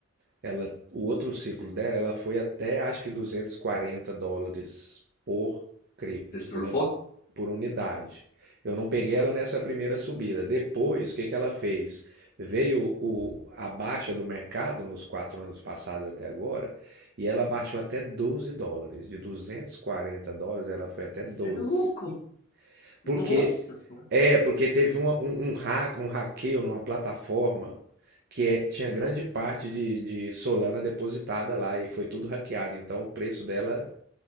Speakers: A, on the right; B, on the left.
A: ela, o outro ciclo dela, ela foi até acho que 240 dólares por cripto,
B: Você surfou?
A: por, un- por unidade. Eu não peguei ela nessa primeira subida. Depois, o que que ela fez? Veio o, a baixa do mercado nos quatro anos passados até agora, e ela baixou até 12 dólares. De 240 dólares, ela foi até
B: Você
A: 12
B: é louco. Nossa
A: porque
B: senhora.
A: é, porque teve uma- um, um hack, um hackeio numa plataforma que é- tinha grande parte de, de Solana depositada lá e foi tudo hackeado. Então o preço dela